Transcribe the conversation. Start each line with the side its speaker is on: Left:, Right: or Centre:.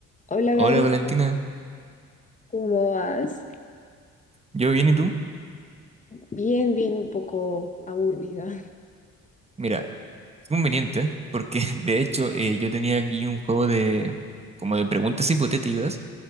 Left: Hola
Right: Hola
Left: Gabriel,
Right: Valentina,
Left: ¿cómo vas?
Right: ¿yo bien y tú?
Left: Bien, bien, un poco aburrida.
Right: Mira, qué conveniente, porque <laughs> de hecho eh, yo tenía aquí un juego de como de preguntas hipotéticas